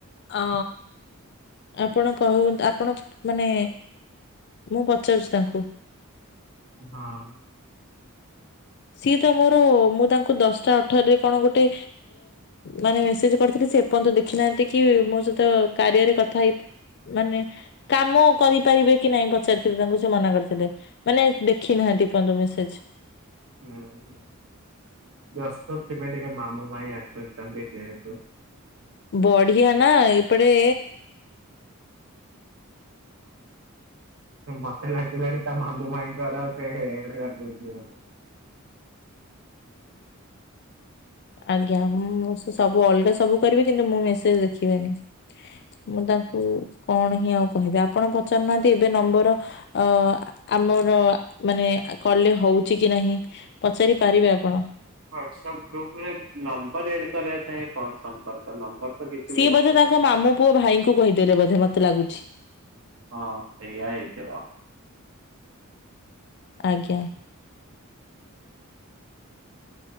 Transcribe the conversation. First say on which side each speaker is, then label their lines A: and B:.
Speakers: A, on the left (about 50°); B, on the right (about 70°).
A: ଅ ଆପଣ କ ଆପଣ ମାନେ ମୁଁ ପଚାରୁଛି ତାଙ୍କୁ।
B: ହଁ
A: ସିଏ ତ ମୋର ମୁଁ ତାଙ୍କୁ ଦଶଟା ଅଠରରେ କଣ ଗୋଟେ ମାନେ ମେସେଜ କରିଥିଲି ସେ ଏପର୍ଯ୍ୟନ୍ତ ଦେଖିନାହାନ୍ତି କି ମୋ ସହିତ କାରିଅରେ କଥା ହେଇ ମାନେ କାମ କରିପାରିବେ କି ନାଇଁ ପଚାରିଥିଲେ ତାଙ୍କୁ ସେ ମନା କରିଥିଲେ? ମାନେ ଦେଖି ନାହାନ୍ତି ଏପନ୍ତ ମେସେଜ
B: ହୁଁ ହୁଁ ବ୍ୟସ୍ତ ଥିବେ ଟିକେ ମାମୁଁ ମାଇଁ ଆସୁଛନ୍ତି ଯେହେତୁ।
A: ବଢିଆ ନା ଏପଟେ
B: ମତେ ଲାଗିଲାଣି ତା ମାମୁ ମାଇଁଙ୍କର <unintelligible> କରିଦେଇଛି ବୋଧେ।
A: ଆଜ୍ଞା ମୁଁ ସବୁ ଅଲଗା ସବୁ କରିବେ କିନ୍ତୁ ମୁଁ ମେସେଜ ଦେଖିବେନି। ମୁଁ ତାଙ୍କୁ କଣ ହିଁ ଆଉ କହିବି ଆପଣ ପଚାରୁନାହାନ୍ତି ଏବେ ନମ୍ବର ଅ ଆମର ମାନେ କଲେ ହଉଛି କି ନାହିଁ। ପଚାରି ପାରିବେ ଆପଣ?
B: ହାଟସଆପ୍ ଗ୍ରୁପରେ ନମ୍ବର ଏଡ୍ କରିବା ସାଙ୍ଗେ କଣ ସମ୍ପର୍କ ନମ୍ବର ତ କିଛି
A: ସିଏ
B: ବି ଏଡ
A: ବୋଧେ
B: କରିବ।
A: ତାଙ୍କ ମାମୁଁ ପୁଅ ଭାଇଙ୍କୁ କୁ କହିଦେଲେ ବୋଧେ ମତେ ଲାଗୁଛି।
B: ହଁ ସେଇଆ ହେଇଥିବ।
A: ଆଜ୍ଞା।